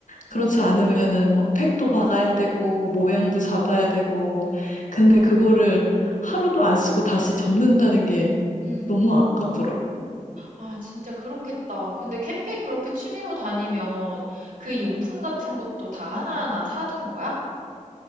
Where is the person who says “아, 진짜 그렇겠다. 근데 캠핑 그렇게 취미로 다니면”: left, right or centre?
Right